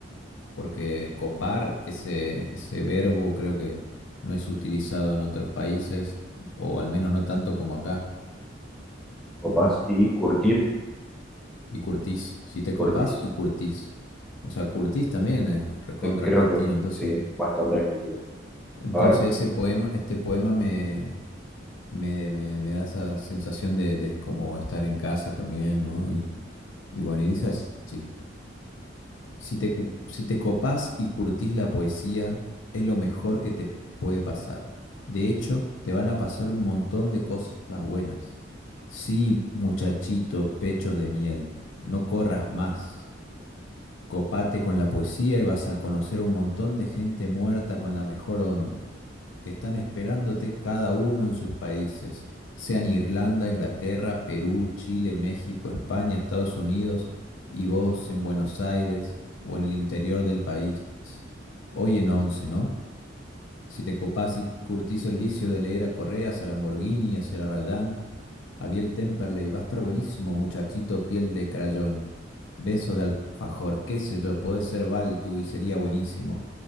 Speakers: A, on the left; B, in the centre.
A: Porque copar, ese, ese verbo, creo que no es utilizado en otros países, o al menos no tanto como acá.
B: Copás y Curtir,
A: Y Curtis, si te copás,
B: Curtis.
A: y Curtis. O sea, Curtis también es recontra
B: Eh, creo
A: argentino,
B: que
A: entonces,
B: sí, bastante argentino.
A: entonces
B: A ver,
A: ese poema, este poema me, me, me- me da esa sensación de, de como estar en casa también, ¿no? Y, y bueno, y dice así, si te, cu- si te copás y curtís la poesía, es lo mejor que te puede pasar. De hecho, te van a pasar un montón de cosas buenas. Sí, muchachito, pechos de miel, no corras más. Copate con la poesía y vas a conocer un montón de gente muerta con la mejor onda, que están esperándote cada uno en sus países, sean Irlanda, Inglaterra, Perú, Chile, México, España, Estados Unidos, y vos en Buenos Aires o en el interior del país. Hoy en once, ¿no? Si te copás y curtís el vicio de leer a Correas, a Lamborghini, a Celarayán, a Biel Temperley, va a estar buenísimo, muchachito, piel de crayón. Besos de alfajor, qué sé yo, podés ser Baltu y sería buenísimo.